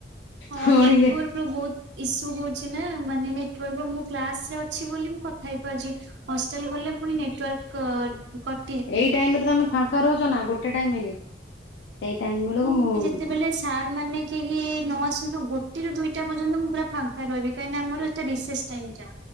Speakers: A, on the right; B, on the left.
A: ହଁ
B: ପୁଣି
A: ନିପୁଲ୍। ବହୁତ ଇସୁ ହଉଛି ନା ମାନେ ନେଟାର୍କ ମୁଁ କ୍ଲାସ ରେ ଅଛି ବୋଲି ମୁଁ କଥା ହେଇପାରୁଛି। ହଷ୍ଟେଲ ଗଲେ ପୁଣି ନେଟ୍ ୱକ୍ରକଟ
B: ଏଇ ଟାଇମ ରେ ତମେ ଫାଙ୍କା ରହୁଛ ନା ଗୋଟେ ଟାଇମରେ ସେଇ ଟାଇମ ବେଳକୁ
A: ମାନେ
B: ମୁଁ।
A: ଯେତେବେଳେ ସାର୍ ମାନେ କେହି ନ ଆସନ୍ତୁ ଗୋଟେରୁୁ ଦିଇଟା ପର୍ଯ୍ୟନ୍ତ ମୁଁ ପୁରା ଫାଙ୍କା ରହିବି କାହିଁକି ନା ଆମର ଏଟାରିଷେ ଟାଇମଟା